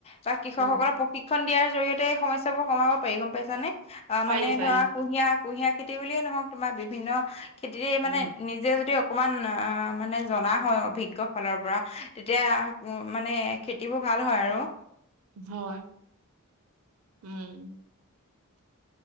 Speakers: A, on the left; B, on the right.
A: ত কৃষকসকলক
B: অ',
A: প্ৰশিক্ষণ দিয়াৰ জৰিয়তে এই সমস্যাবোৰ কমাব পাৰি গম পাইছানে আহ
B: পাৰি
A: মানে
B: পাৰি,
A: ধৰক কুঁহিয়াৰ - কুঁহিয়াৰ খেতি বুলিয়ে নহওক তোমাৰ বিভিন্ন খেতিৰে
B: উম,
A: মানে নিজে যদি অকমান আ মানে জনা হয় অভিজ্ঞ ফালৰ পৰা তেতিয়া উ মানে খেতিবোৰ ভাল হয় আৰু।
B: হয়, উম।